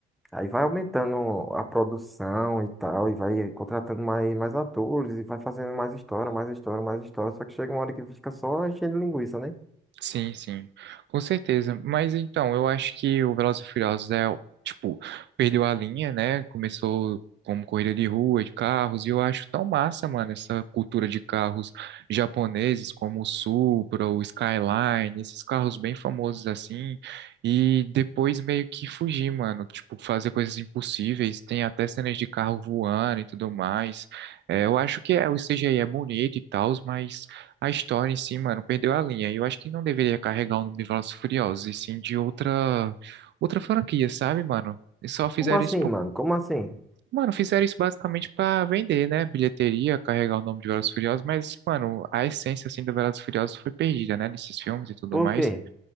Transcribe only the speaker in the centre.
Aí vai aumentando a produção e tal, e vai contratando mais, mais atores, e vai fazendo mais história, mais história, mais história. Só que chega uma hora que fica só enchendo linguiça, né?
Como assim,
mano? Como assim?
Por
quê?